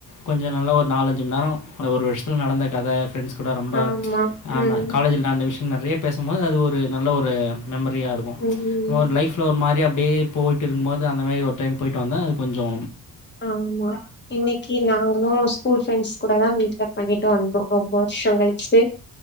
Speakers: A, on the left; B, on the left.
A: கொஞ்சோ நல்லா ஒரு நாலஞ்சு மண் நேரோ அந்த ஒரு வர்ஷத்ல நடந்த கத ஃப்ரெண்ட்ஸ் கூட ரொம்ப
B: ஆமா
A: ஆமா
B: ம்
A: காலேஜ்ல நடந்த விஷ் நறைய பேசும் போது அது ஒரு நல்ல ஒரு மெமரியா இருக்கு
B: ம்
A: நம்ம ஒரு லைஃப்ல ஒரு மாரியா அப்டே போய்ட்டு இருக்கம் போது அந்த மேரி ஒர் டைம் போயிட்டு வந்தா அது கொஞ்சோ
B: ஆமா இன்னிக்கி நாங்களு ஸ்கூல் ஃப்ரெண்ட்ஸ் கூடதா மீட்டப் பண்ணி ட்டு வந்தோ ரொம்ப வர்ஷோ கழிச்சு